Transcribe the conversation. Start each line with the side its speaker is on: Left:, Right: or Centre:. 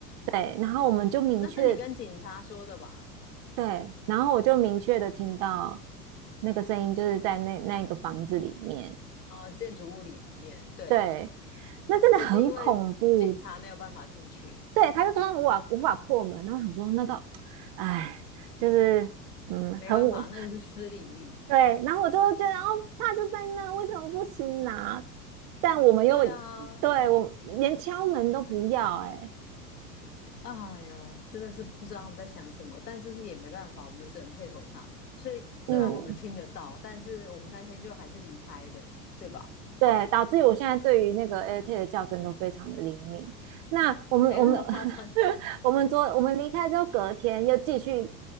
Right: 对，然后我们就明确
Left: 那是你跟警察说的吧？
Right: 对，然后我就明确的听到那个声音，就是在那那一个房子里面，
Left: 啊，建筑物里面，对。
Right: 对，那真的很恐怖，
Left: 可是因为警察没有办法进去，
Right: 对，他就说他无法无法破门，然后想说那到，哎，就是嗯，
Left: 没办法，
Right: 很我
Left: 那个是私领域。
Right: 对，然后我就会觉得哦，他就在那，为什么不行拿？但我们又
Left: 对啊，
Right: 对我连敲门都不要、欸，哎，
Left: 哎呀，真的是不知道他们在想什么，但是是也没办法，我们只能配合他。所以虽然我们听得到，
Right: 嗯，
Left: 但是我们那天就还是离开了，对吧？
Right: 对，导致于我现在对于那个 AirTag 的叫声都非常的灵敏。那我们我们
Left: 没那么夸张。
Right: <laughs> 我们昨我们离开之后，隔天又继续